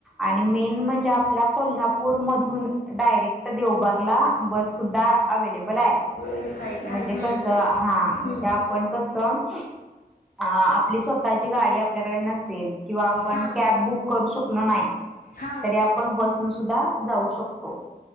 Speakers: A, in the centre; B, on the left.
A: आणि मेन म्हणजे आपल्या कोल्हापूर मधून डायरेक्ट देवबाग बस सुद्धा अवेलेबल आहे.
B: आहे का
A: म्हणजे
B: हम्म
A: कसं हा म्हणजे
B: हम्म
A: आपण कसं, अ आपली स्वतःची गाडी आपल्याकडे नसेल किंवा आपण
B: हा
A: कॅब बुक करू शकलो नाही,
B: हा
A: तरी आपण बसन सुद्धा जाऊ शकतो.